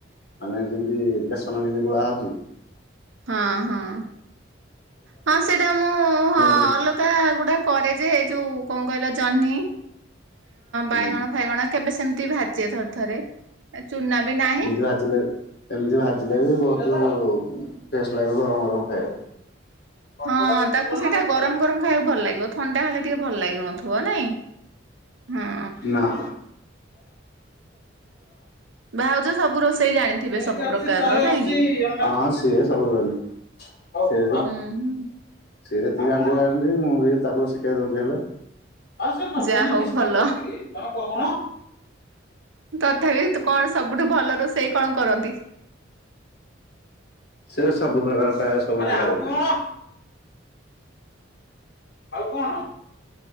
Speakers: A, on the left; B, on the right.
A: ମାନେ ଯେମିତି ବେସନ ଯେମିତି ଗୋଳା ହଉଛି।
B: ହଁ ହଁ। ହଁ ସେଇଟା ମୁଁ ହଁ
A: <unintelligible>
B: ଗୁଡା କରେଯେ ଯୋଉ କଣ କହିଲ ଜହ୍ନି ବାଇଗଣ
A: ହୁଁ
B: ଫାଇଗଣ କେବେ ସେମତି ଭାଜେ ଥରେ ଥରେ ଚୁନା ବି ନାହିଁ
A: ନିଜେ ଭାଜିଲେ ଏମିତି ଭାଜିଲେ ବି ବହୁତ ଟେଷ୍ଟ ଲାଗିବ ଗରମ ଗରମ ଖାଇବାକୁ। ଫଟୋଟା
B: ହଁ
A: ଦେଖିଲ
B: ତାକୁ ସେଇଟା
A: ନା ଦେଖିଲନି?
B: ଗରମ ଗରମ ଖାଇବାକୁ ଭଲ ଲାଗିବ ଥଣ୍ଡା ହେଲେ ଟିକେ ଭଲ ଲାଗୁନଥିବ ନାଇଁ ହଁ।
A: ନାଁ।
B: ଭାଉଜ ସବୁ ରୋଷେଇ ଜାଣିଥିବେ
A: ହଁ
B: ସବୁ ପ୍ରକାରର ନାଇଁ କି?
A: ସିଏ ସବୁ ସେ
B: ହୁଁ ହୁଁ
A: ସିଏ ଯେତିକି ଜାଣିଛନ୍ତି ଜାଣିଛି ମୁଁ ବି ତାକୁ ଶିଖେଇ ଦଉଛି ହେଲେ। ଆଉ ସେ ନବେନାଇ
B: ଯା ହଉ
A: ଡିସକାଉଣ୍ଟ
B: ଭଲ
A: କରିକି ତମେ କହୁନ?
B: ତଥାପି କଣ ସବୁଠୁ ଭଲ ରୋଷେଇ କଣ କରନ୍ତି?
A: ସେ ସବୁ ପ୍ରକାର ପାଏ ସବୁ ଆଉ କଣ?